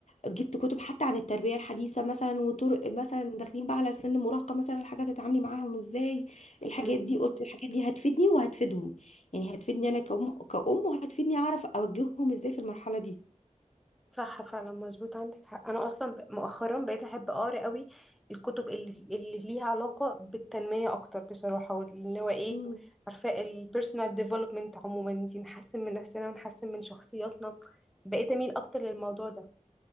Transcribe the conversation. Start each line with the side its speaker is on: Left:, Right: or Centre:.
Left: جبت كتب حتى عن التربيه الحديثه مثلا وطرق مثلا داخلين بقى على سن المراهقه مثلا الحاجات تتعاملي معاهم ازاي الحاجات
Centre: امم
Left: دي قلت الحاجات دي هتفيدني وهتفيدهم يعني هتفيدني انا كأم كأم وهتفيدني اعرف اوجههم ازاي في المرحله دي
Centre: صح فعلا مظبوط عندك حق انا اصلا ب- مؤخرا بقيت احب اقرا قوي الكتب اللي, اللي ليها علاقه بالتنميه اكتر بصراحه واللي هو ايه
Left: امم
Centre: عارفه البيرسونال ديفلوبمنت عموما انتي نحسن من نفسنا ونحسن من شخصياتنا بقيت اميل اكتر للموضوع ده